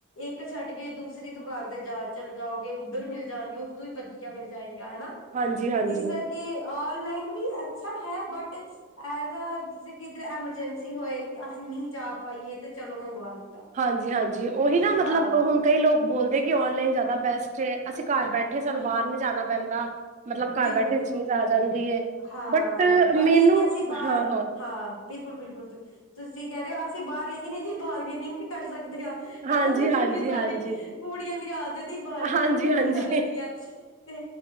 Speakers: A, on the left (about 80°); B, on the right (about 35°).
A: ਇੱਕ ਛੱਡ ਕੇ ਦੂ ਦੂਸਰੀ ਦੁਕਾਨ ਤੇ ਜਾ ਚੱਲ ਜਾਓਗੇ, ਉੱਧਰ ਮਿਲ ਜਾਣਗੇ ਉਸ ਤੋਂ ਵੀ ਵਧੀਆ ਮਿਲ ਜਾਏ। ਹਨਾ
B: ਹਾਂਜੀ ਹਾਂਜੀ
A: ਇਸ ਕਰਕੇ ਔਨਲਾਈਨ ਵੀ ਐ ਅੱਛਾ ਹੈ ਬਟ ਐ ਗਾ, ਜੇ ਕਿੱਧਰ ਐਮਰਜੈਂਸੀ ਹੋਏ ਅਸੀਂ ਨਹੀਂ ਜਾ ਪਾਈਏ ਤੇ ਚਲੋ ਮੰਗਵਾ ਲਿੱਤਾ।
B: ਹਾਂਜੀ -ਹਾਂਜੀ ਉਹੀ ਨਾ ਮਤਲਬ
A: ਹਾਂ
B: ਹੁਣ ਕਈ ਲੋਕ ਬੋਲਦੇ ਕਿ ਔਨਲਾਈਨ ਜ਼ਿਆਦਾ ਬੈਸਟ ਐ, ਅਸੀਂ ਘਰ ਬੈਠੇ ਸਾਨੂੰ ਬਾਹਰ
A: ਹਾਂ
B: ਨੀ ਜਾਣਾ ਪੈਂਦਾ, ਮਤਲਬ
A: ਬਿਲਕੁਲ
B: ਘਰ ਬੈਠੇ
A: ਬਿਲਕੁਲ
B: ਚੀਜ਼ ਆ ਜਾਂਦੀ ਏ।
A: ਹਾਂ
B: ਬਟ
A: ਬਟ
B: ਮੈਨੂੰ
A: ਇਹ ਕਿ ਅਸੀਂ ਬਾਹਰ
B: ਹਾਂ
A: ਹਾਂ, ਬਿਲਕੁਲ- ਬਿਲਕੁਲ ਤੁਸੀਂ ਕਹਿ ਰਹੇ ਹੋ ਅਸੀਂ ਬਾਹਰ ਲੇਕਿਨ ਇਹ ਬਾਰਗੀਨਿੰਗ ਵੀ ਕਰ ਸਕ ਦੇ ਆ ਹਨਾ,
B: ਹਾਂਜੀ
A: ਕਿਉਂਕਿ
B: ਹਾਂਜੀ
A: ਸਾਡੀ
B: ਹਾਂਜੀ
A: ਕੁੜੀਆਂ ਦੀ ਆਦਤ ਹੀ ਬਾਰਗੀਨਿੰਗ
B: ਹਾਂਜੀ ਹਾਂਜੀ
A: ਕਰਨ ਦੀ ਐ। ਤੇ